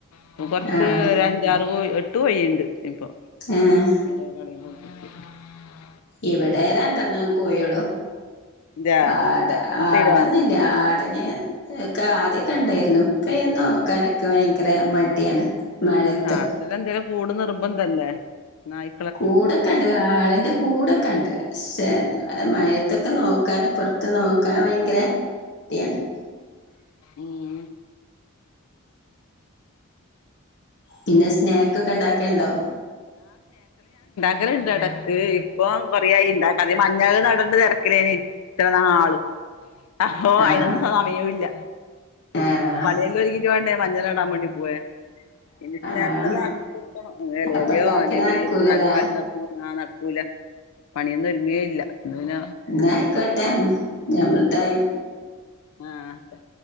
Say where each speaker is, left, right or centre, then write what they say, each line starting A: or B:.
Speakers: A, on the left; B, on the left.
A: ഇപ്പം കൊറച്ച്
B: ആഹ്
A: ഒരു അഞ്ചാറ് കോയി എട്ട് കോയിണ്ട് ഇപ്പൊ.
B: ആഹ്
A: <unintelligible>
B: ഇവിടെ രണ്ടെണ്ണം കോഴിള്ളൂ
A: ഇതാ
B: ആട
A: എന്താ മുട്ടയിടോ
B: ആടന്നി ആടിന്, ഒക്കെ, ആദ്യൊക്കെ, ണ്ടായിര്ന്നു ഇപ്പോൾ അതിനെ നോക്കാന്.
A: ഉം
B: ക്ക് ഭയങ്കര മടിയാണ്. മഴയത്തൊക്കെ
A: അതെ, ആട്ടിന് എന്തേലും കൂട് നിർബന്ധല്ലേ? നായ്
B: കൂടൊക്കെണ്ട് ആടിന്റെ കൂടൊക്കെണ്ട് പക്ഷെ
A: ഉം
B: മഴ ഇത്തൊക്കെ നോക്കാന്, പുറത്ത് നോക്കാൻ ഭയങ്കര മടിയാണ്.
A: ഉം
B: പിന്നെ, സ്നാക്ക് ഒക്കെ ഉണ്ടാക്കൽ ണ്ടോ?
A: ഉണ്ടാകാറുണ്ട് ഇടക്ക്. ഇപ്പൊ കൊറെയായി ഇണ്ടാക്കാത്തെ ഈ മഞ്ഞൾ നട. തിരക്കിലേനി ഇത്ര നാളും. അപ്പോ
B: ആഹ്
A: അയിനൊന്നും സമയൂല്ല.
B: ആഹ്
A: പണിയെല്ലാം ഒരുക്കിട്ട് വേണ്ടേ. മഞ്ഞൾ നടാൻ വേണ്ടി പോവാൻ. പിന്നെ സ്നാക്ക്
B: ആഹ്
A: സെല്ലം ആക്കി കൊടുക്കണം. ഇലയടയോ,
B: അപ്പൊ ഉണ്ടാക്കല്
A: അല്ലെങ്കിൽ
B: നടക്കൂലല്ലേ
A: അൽ കൽത്ത ആഹ്‌, നടക്കൂല. പണിയൊന്നും ഒരുങ്ങ്വേ ഇല്ല. പിന്ന
B: ന്നാ, ആയിക്കോട്ടെ. ഞമ്മള് തായി.
A: ആഹ്